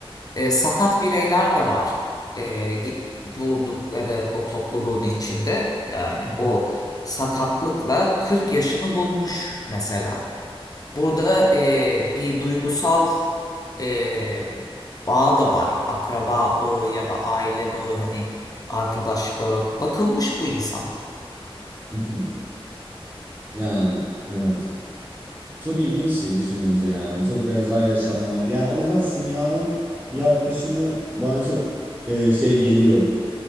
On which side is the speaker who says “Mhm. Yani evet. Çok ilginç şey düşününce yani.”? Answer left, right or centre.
Right